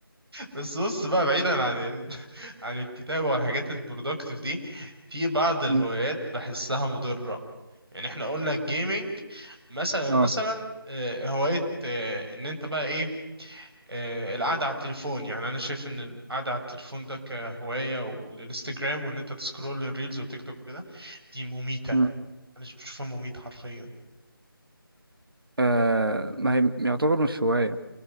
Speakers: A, on the right (about 85°); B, on the right (about 70°).
A: بس بص بقى بعيدا عن ال... <laughs> عن الكتابة والحاجات البرودكتيف دي في بعض الهوايات
B: <laughs> مم.
A: بحسها مضرة يعني احنا قلنا الجيمنج مثلا مثلا
B: اه
A: آه، هواية آه، ان انت بقى ايه آه، القعدة على التليفون يعني انا شايف ان القعدة على التليفون ده كهواية والانستجرام وان انت تسكرول الريلز وتيك توك كده دي مميتة
B: مم.
A: انا بشوفها مميت حرفيا
B: آه، ما هي يعتبر مش هواية